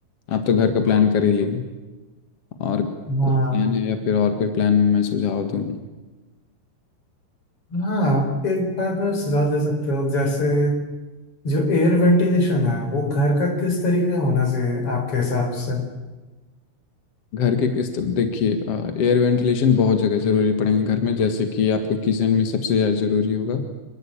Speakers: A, on the left; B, on the left.
A: आप तो घर का प्लान कर ही लिए और
B: हाँ
A: कोई प्लान है या फिर और कोई प्लान मैं सुझाव दूं
B: हाँ एक बात में सुझाव दे सकते हो जैसे जो एयर वेंटिलेशन है वो घर का किस तरीके का होना चाहिए आपके हिसाब से
A: घर के किस तरह देखिए एयर वेंटिलेशन बहुत जगह ज़रूरी पड़ेंगे घर में जैसे कि आपके किचन में सबसे ज़्यादा ज़रूरी होगा